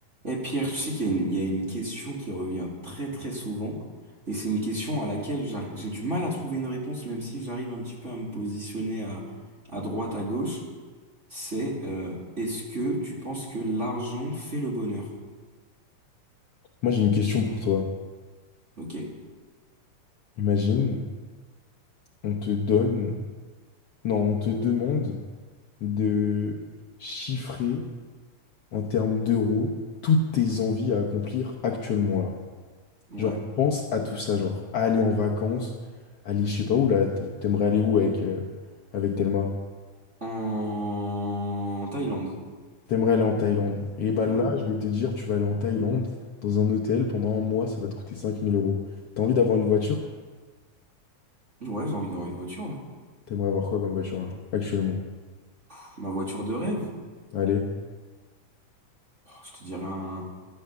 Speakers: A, on the right (about 25°); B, on the left (about 60°).
A: Et Pierre, tu sais qu'il y a une, il y a une question qui revient très très souvent, et c'est une question à laquelle j'ar- j'ai du mal à trouver une réponse, même si j'arrive un petit peu à me positionner à, à droite, à gauche. C'est euh, est-ce que tu penses que l'argent fait le bonheur?
B: Moi, j'ai une question pour toi.
A: Ok.
B: Imagine, on te donne, non, on te demande de chiffrer en termes d'euros toutes tes envies à accomplir actuellement là.
A: Ouais.
B: Genre, pense à tout ça, genre aller en vacances, aller je sais pas où là, t- t'aimerais aller où avec, euh, avec Thelma?
A: En Thaïlande.
B: T'aimerais aller en Thaïlande. Et bah
A: Ouais.
B: là, je vais te dire, tu vas aller en Thaïlande dans un hôtel pendant un mois, ça va te coûter 5000 euros. T'as envie d'avoir une voiture?
A: Ouais, j'ai envie d'avoir une voiture, ouais.
B: T'aimerais avoir quoi comme voiture là, actuellement?
A: Pff, ma voiture de rêve.
B: Allez,
A: Oh, je te dirais un,